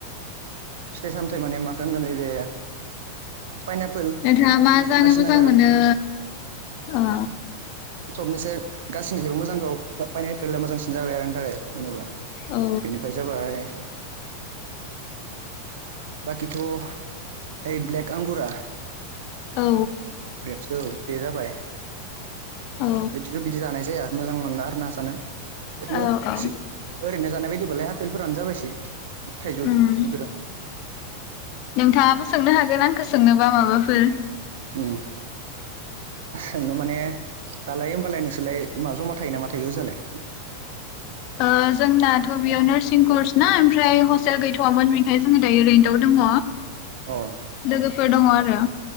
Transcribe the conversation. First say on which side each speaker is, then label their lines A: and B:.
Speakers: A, on the right; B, on the left.
A: फिथाइ सामथाइ माने माखो होनगोन नैबे। पाइनापोल
B: नोंथाङा मा जानो
A: मोजांसिन
B: मोजां
A: नाङो आरो
B: मोनो अ।
A: सबनिसाय गासैनिसायबो मोजांखौ पायनापेला मोजांसिन जाबाय आरो आंनि थाखाय। जेनेबा
B: औ
A: बेनिफ्राय जाबाय। बाखिथ' ओइ ब्लेक आंगुरा।
B: औ।
A: ग्रेप्स औ बे जाबाय
B: औ
A: बिदिथ' बिदि जानाय जाया मोजां मोनला आरौ ना जानो। ओरैनो
B: औ औ
A: सि ओरैनो जानाय बायदिबालाय आपेलफोरानो जाबायसै। थाइजौ
B: उम
A: इफोरो।
B: नोंथाङाबो सोंनो हागोन आंखो सोंनोबा माबाफोर।
A: ओम। सोंनो माने दालाय होमबालाय नोंसोरलाय मा जमा थायो ना मा थायो ओजालाय,
B: ओ जोंनाथ' बेयाव नार्सिं कर्स ना ओमफ्राय हस्टेल गैथ'वामोन बेखाय जोङो दायो रेन्तआव दङ।
A: अ
B: लोगोफोर दङ आरो।